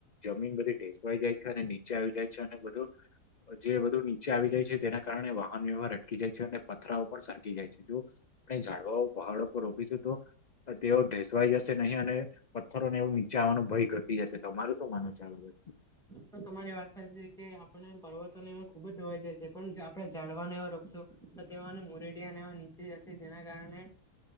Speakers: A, on the left (about 65°); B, in the centre.
A: જમીન બધી ઠસવાઈ જાય છે અને આવી જાય છે અને બું જે બધું નીચે આવી જાય છે તેના કારણે વાહન વ્યવહાર અટકી જાય છે અને થરા પણ સરકી જાય છે જો આપ ઝડવાઓ પહાડ પર રોપીશું તો તેઓ ઢેસવાઈ જશે નહીં અને પથરો ને એવું નીચાવાનો ભય ઘટી જશે તમાર શું માનો ચાલ? <inaudible>
B: તો તમારી વાત સાચી છે કે આપડણે પર્વતો ને એ ખુબ જ દોવાઈ જાય છે પણ આપડણે જાડવાને એવા રોપસુ તો તેઓને મુરડિયાને એવા નીચે જશે જેના કારણે